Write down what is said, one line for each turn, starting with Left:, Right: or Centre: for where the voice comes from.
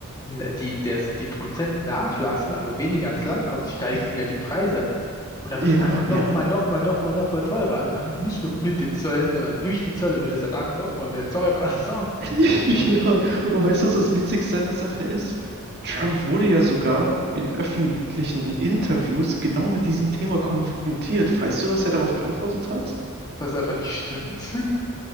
Left: n- die, des, die Produzenten nachlassen, also weniger ans Land kommt, steigen
Right: <laughs>
Left: wieder die Preise. Und dann
Right: Ja,
Left: wird es einfach
Right: ja.
Left: nochmal, nochmal, nochmal, nochmal teurer. Also <laughs> nicht nur mit den Zöllen, sondern durch die Zölle wird es danach nochmal mehr teurer. <laughs> So.
Right: <laughs> Ja, und weißt du, was das Witzigste an der Sache ist? Trump wurde ja sogar in öffentlichen Interviews genau mit diesem Thema konfrontiert. Weißt du, was er darauf geantwortet hat?
Left: Das ist einfach nicht stimmt. <laughs>